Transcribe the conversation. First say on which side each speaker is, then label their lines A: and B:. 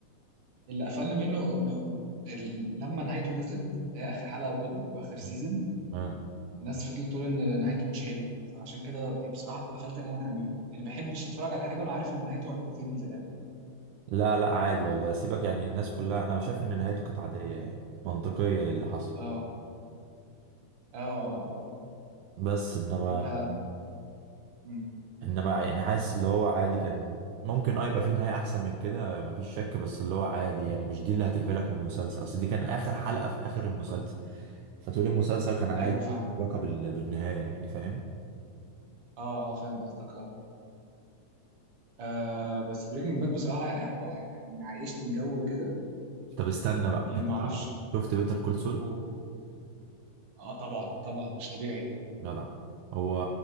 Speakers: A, on the right; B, on the right.
A: اللي قفلنا منه انه ال- لما نهايته نزلت اللي هي اخر حلقه وكده واخر
B: <laughs>
A: سيزون
B: آه.
A: الناس فضلت تقول ان نهايته مش حلوه فعشان كده بصراحه اتقفلت ان انا اكمله يعني ما بحبش اتفرج على حاجه وانا عارف ان نهايته هتقفلني في الاخر
B: لا لا عادي والله سيبك يعني الناس كلها انا شايف ان نهايته كانت عاديه يعني منطقيه للي حصل
A: اه اه اه اه
B: بس انما
A: يعني انت مم.
B: انما يعني حاسس اللي هو عادي كان ممكن اه يبقى فيه نهاية احسن من كده مفيش شك بس اللي هو عادي يعني مش دي اللي هتقفلك من المسلسل اصل دي كان اخر حلقة في اخر المسلسل فتقول المسلسل كان عادي
A: ايوه فاهم
B: علاقة بال- بالنهاية يعني فاهم
A: اه اه فاهم قصدك اه آه، بس بريكنج باد بصراحه يعني هو يعني عايشني جو كده
B: طب استنى بقى
A: يعني
B: انت
A: ما
B: شفت
A: اعرفش
B: شفت بيتر كول سول
A: هو اه طبعا طبعا مش طبيعي
B: جدع هو